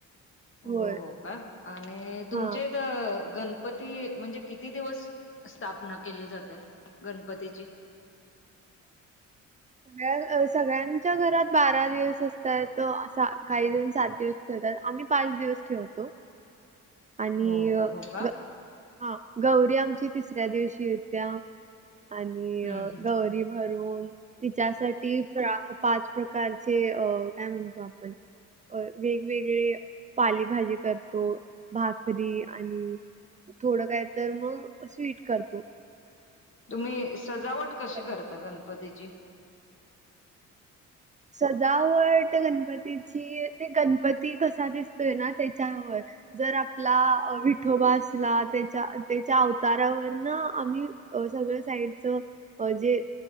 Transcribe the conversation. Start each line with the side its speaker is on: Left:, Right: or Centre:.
Right: होय
Left: हो हो का आणि तुमचे
Right: हा
Left: त गणपती म्हणजे किती दिवस स्थापना केली जातिया? गणपतीची?
Right: सगळ्या- सगळ्यांच्या घरात बारा दिवस असतायत तो असा काहीज सात दिवस ठेवत्यात आम्ही पाच दिवस ठेवतो. आणि
Left: हो
Right: अ,
Left: हो का?
Right: ग हा गौरी आमची तिसऱ्या दिवशी एत्या. आणि
Left: हम्म हम्
Right: गौरी भरून तिच्यासाठी पाच प्रकारचे अ- काय म्हणतो आपण अ- वेगवेगळे पालेभाजी करतो भाकरी आणि थोडं काय तर मग स्वीट करतो.
Left: तुम्ही सजावट
Right: गोड
Left: कशी
Right: पदार्थ
Left: करता गणपतीची?
Right: सजावट गणपतीची ते गणपती कसा दिसतोय ना त्याच्यावर. जर आपला विठोबा असला त्याच्या त्याच्या अवतारावर ना आम्ही अ- सगळं साईडच जे